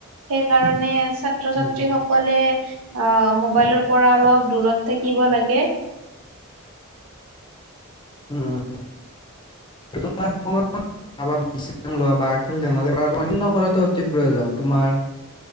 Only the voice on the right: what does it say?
সেইকাৰণে ছাত্ৰ
ছাত্ৰী
সকলে আ মোবাইলৰ পৰা অলপ দূৰত থাকিব লাগে